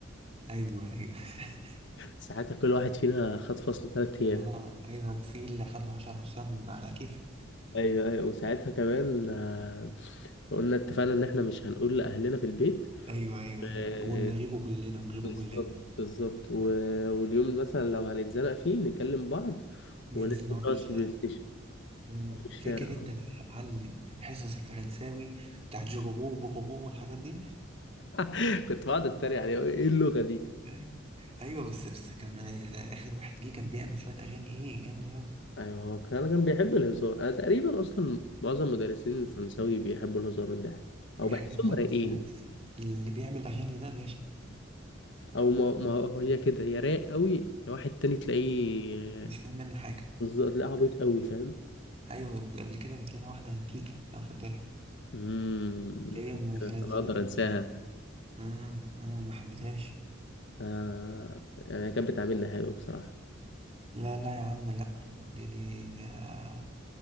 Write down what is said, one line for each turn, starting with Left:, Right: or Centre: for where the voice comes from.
Right: أيوه أيوه <laughs>
Left: ساعتها كل واحد فينا خد فصل ثلاث ايام
Right: اه ايوه في اللي خد له 10 عصيان على كيفك
Left: ايوه ايوه وساعتها كمان آه، قلنا اتفقنا ان احنا مش هنقول لاهلنا في البيت
Right: ايوه ايوه ايوه
Left: آه،
Right: ونغيبه كلنا ونغيبه
Left: بالظبط
Right: كلنا
Left: بالظبط و- واليوم مثلا لو هنتزنق فيه نكلم بعض
Right: ننزل
Left: وننزل
Right: نقعد
Left: نقعد
Right: في الشارع
Left: في البلاي ستيشن
Right: مم.
Left: أو في الشارع
Right: فاكر انت بقى يا معلم حصص الفرنساوي بتاعت جوجو وبوغوبو والحاجات دي
Left: <laughs> كنت بقعد اتريق عليه ايه اللغة دي
Right: ايوه ايوه بس بس كان اخر واحد جه كان بيعمل شويه اغاني ايه جامده قوي
Left: ايوه هو كان كان بيحب الهزار انا تقريبا اصلا معظم مدرسين الفرنساوي بيحبوا الهزار والضحك او
Right: بيحب
Left: بحسهم
Right: الهزار بس
Left: رايقين
Right: بس اللي بيعمل اغاني ده باشا
Left: او ما, ما هو- هي كده يا رايق قوي يا واحد تاني تلاقيه
Right: مش فاهم منه حاجه
Left: بالظبط تلاقيه عبيط قوي فاهم
Right: ايوه قبل كده جات لنا واحده انتيكه لو فاكرها
Left: امم
Right: اللي هي م- فرنساويه
Left: انا اقدر
Right: قوي
Left: انساها
Right: في نفسها امم امم ما حبيتهاش
Left: آه... يعني كانت بتعاملنا حلو بصراحه
Right: لا لا يا عم لا دي دي, دي آه،